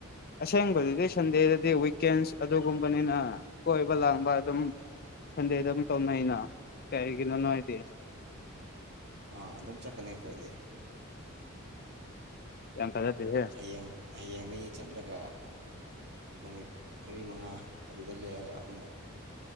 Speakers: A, on the left; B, on the right.
A: ꯑꯁꯦꯡꯕꯗꯨꯗꯤ ꯁꯟꯗꯦꯗꯗꯤ ꯋꯤꯀꯦꯟꯁ ꯑꯗꯨꯒꯨꯝꯕꯅꯤꯅ ꯀꯣꯏꯕ ꯂꯥꯡꯕ ꯑꯗꯨꯝ ꯁꯟꯗꯦꯗ ꯑꯗꯨꯝ ꯇꯧꯅꯩꯩꯅ ꯀꯩꯒꯤꯅꯣꯅꯣ ꯍꯥꯏꯗꯤ
B: ꯑꯥ ꯑꯗꯨꯝ ꯆꯠꯀꯅꯤ ꯑꯩꯈꯣꯏꯗꯤ
A: ꯌꯥꯝ ꯊꯥꯖꯗꯦꯍꯦ
B: ꯍꯌꯦꯡ ꯍꯌꯦꯡꯗꯒꯤ ꯆꯠꯂꯒ ꯅꯨꯃꯤꯠ ꯃꯔꯤ ꯃꯉꯥ ꯑꯗꯨꯗ ꯂꯦꯛꯑꯒ ꯑꯃꯨꯛ